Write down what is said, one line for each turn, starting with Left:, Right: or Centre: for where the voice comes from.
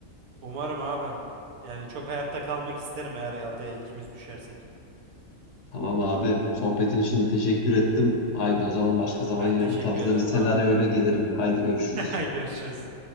Right: Umarım abi. Yani çok hayatta kalmak isterim eğer adaya ikimiz düşersek.
Left: Tamam abi. Sohbetin için de teşekkür ettim. Haydi o zaman başka zaman
Right: Ben
Left: yine
Right: teşekkür
Left: bu tarzda
Right: ederim
Left: bir senaryoyla
Right: abi.
Left: gelirim. Haydi görüşürüz.
Right: <laughs> Görüşürüz.